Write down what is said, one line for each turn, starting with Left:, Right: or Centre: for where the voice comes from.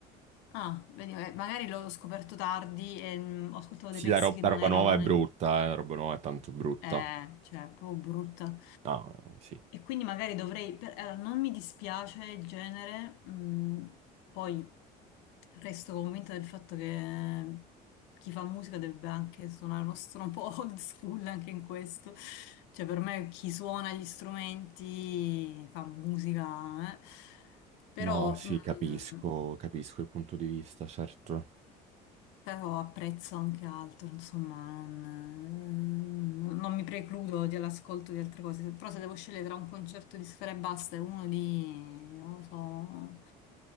Left: Ah, vedi, eh, magari l'ho scoperto tardi e mm, ho ascoltato
Right: Sì,
Left: dei pezzi
Right: la, ro-
Left: che
Right: la
Left: non
Right: roba
Left: erano
Right: nuova è
Left: ne-
Right: brutta, eh, la roba nuova è tanto brutta.
Left: Eh, cioè, è proprio brutta.
Right: Ah, sì.
Left: E quindi magari dovrei... per- allora, non mi dispiace il genere, mm, poi resto convinta del fatto che chi fa musica dovrebbe anche suonare uno strumento un po' <laughs> old school anche in questo. Cioè, per me chi suona gli strumenti fa musica, eh. Però...
Right: No, sì,
Left: mm,
Right: capisco, capisco il punto di vista, certo.
Left: Però apprezzo anche altro, insomma, non, non- non mi precludo dell'ascolto di altre cose. Però se devo scegliere tra un concerto di Sfera Ebbasta e uno di, non lo so,